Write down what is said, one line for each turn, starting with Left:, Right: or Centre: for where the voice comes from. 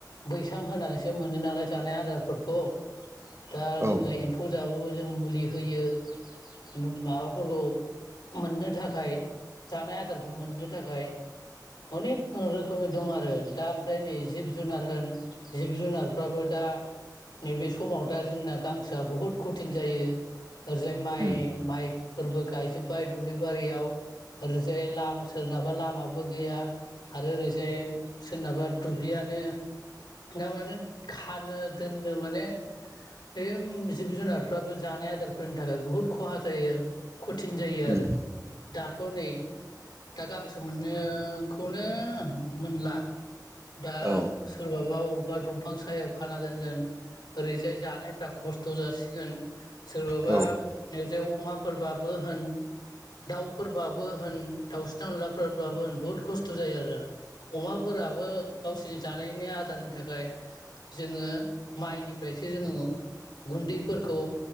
Left: बैसां होनानैसो मोनो नालाय जानाय आदारफोरखौ दा जोङो
Right: औ
Left: एम्फौ जाबाबो जों मुलि होयो मु माबाफोरखौ मोननो थाखाय जानाय आदारखौ मोननो थाखाय अनेक रोखोमनि दं आरो दा ओमफ्राय नै जिब जुनार होन जिब जुनारफ्राबो दा नैबे समाव दा जोंना गांसोआ बुहुद खथिन जायो ओरैजाय माइ
Right: उम
Left: माइ फोरबो गायजोबबाय दुब्लि बारियाव ओरैजाय लामा सोरनाबा लामाबो गैया आरो ओरैजाय बा दुब्लियानो दा माने खानो दोननो माने बेजों जिब जुनारफ्राबो जानाय आदारफोरनि थाखाय बुहुद खहा जायो खथिन जायो आरो
Right: उम
Left: दाथ' नै दा गां सोमोननो खौनो मोनला। दा
Right: औ
Left: सोरबाबा अ बा दंफां सायाव खाना दोनगोन ओरैजाय जानायफ्रा खस्थ' जासि गोन सोरबाबा
Right: औ
Left: ओजाय अमाफोरबाबो होन। दाउफोरबाबो होन दाउस्रि दावनलाफोरबाबो होन बुहुद खस्थ' जायो आरो अमा फोराब गावसिनि जानायनि आदारनि थाखाय जोङो माइनिफ्रायसो जोङो गुन्दैफोरखौ